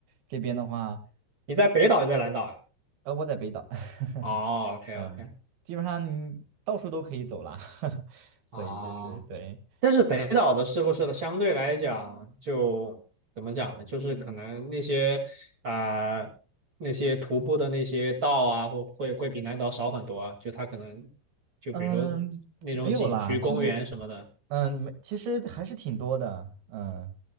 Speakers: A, on the right; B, on the right.
A: 这边的话，
B: 你在北岛也在南岛呀？
A: 呃，我在北岛，<laughs>
B: 哦，OK
A: 嗯，
B: OK，
A: 基本上你到处都可以走啦，<laughs> 所以就是对。
B: 哦，但是北岛的是不是的，相对来讲就怎么讲呢？就是可能那些啊、呃那些徒步的那些道啊，或会会比南岛少很多啊。就它可能就比如说那种景区、
A: 嗯，没有啦，就嗯是
B: 公园什么的，
A: 嗯，没其实还是挺多的，嗯，